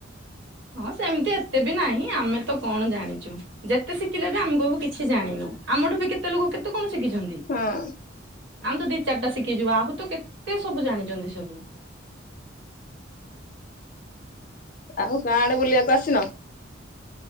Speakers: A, on the right; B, on the left.
A: ହଁ ସେମତି ଏତେ ବି ନାହିଁ ଆମେ ତ କଣ ଜାଣିଚୁ। ଯେତେ ଶିକିଲେ ବି ଆମ୍ କକୁ କିଛି ଜାଣିନୁ ଆମଠୁ ବି କେତେ ଲୋକ କେତେ କଣ ଶିକିଚନ୍ତି।
B: ହଁ।
A: ଆମ୍ ତ ଦି ଚାରଟା ଶିକିଚୁ ଆହୁରି ତ କେତେ ସବୁ ଜାଣିଚନ୍ତି ସବୁ।
B: ଆଉ ଗାଁ ଆଡେ ବୁଲିବାକୁ ଆସିନ?